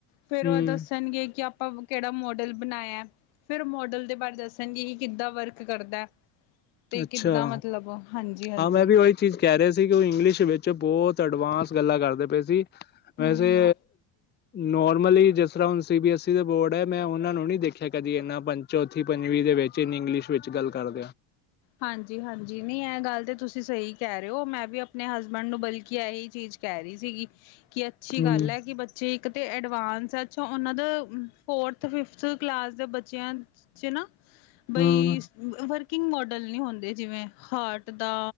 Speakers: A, on the left; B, on the left.
A: ਫੇਰ
B: ਹੂੰ
A: ਉਹ ਦੱਸਣਗੇ ਕਿ ਆਪਾਂ ਪਾਂ ਕਿਹੜਾ ਮੋਡਲ ਬਣਾਇਆ। ਫਿਰ ਮੋਡਲ ਦੇ ਬਾਰੇ ਦੱਸਣਗੇ ਕਿ ਕਿੱਦਾਂ ਵਰਕ ਕਰਦਾ, ਤੇ
B: ਅੱਛਾ
A: ਕਿੱਦਾਂ ਮਤਲਬ। ਹਾਂਜੀ ਹਾਂਜੀ
B: ਹਾਂ, ਮੈਂ ਵੀ ਉਹੀ ਚੀਜ਼ ਕਹਿ ਰਿਹਾ ਸੀ ਕਿ ਉਹ ਇੰਗਲਿਸ਼ ਵਿੱਚ ਬਹੁਤ ਅਡਵਾਂਸ ਗੱਲਾਂ ਕਰਦੇ ਪਏ ਸੀ।
A: ਹਮ
B: ਵੈਸੇ! ਨੋਰਮਲੀ ਜਿਸ ਤਰ੍ਹਾਂ ਹੁਣ ਸੀ ਬੀ ਐਸਈ ਦਾ ਬੋਰਡ ਐ, ਮੈਂ ਉਹਨਾਂ ਨੂੰ ਨੀ ਦੇਖਿਆ ਕਦੀ ਇਨਾ ਚੌਥੀ, ਪੰਜਵੀ ਦੇ ਵਿੱਚ ਇੰਨੀ ਇੰਗਲਿਸ਼ ਵਿੱਚ ਗੱਲ ਕਰਦਿਆਂ।
A: ਹਾਂਜੀ-ਹਾਂਜੀ ਨਈ ਇਹ ਗੱਲ ਤੇ ਤੁਸੀਂ ਸਹੀ ਕਹਿ ਰਹੇ ਔ, ਮੈਂ ਵੀ ਆਪਣੇ ਹਸਬੈਂਡ ਨੂੰ ਬਲ ਕੀ ਇਹੀ ਚੀਜ਼ ਕਹਿ ਰਹੀ ਸੀਗੀ ਕਿ ਅੱਛੀ
B: ਹਮ
A: ਗੱਲ ਐ ਕਿ ਬੱਚੇ ਇੱਕ ਤੇ ਐਡਵਾਂਸ ਏ, ਅੱਛਾ ਉਨਾਂ ਦਾ ਫੋਰਥ, ਫਿਫਥ ਕਲਾਸ ਦੇ ਬੱਚੇਆਂ ਚ ਚ ਨਾ ਬਈ
B: ਹਮ
A: ਵਰਕਿੰਗ ਮੋਡ ਮੋਡਲ ਨਹੀਂ ਹੁੰਦੇ, ਜਿਵੇਂ ਹਾਰਟ ਦਾ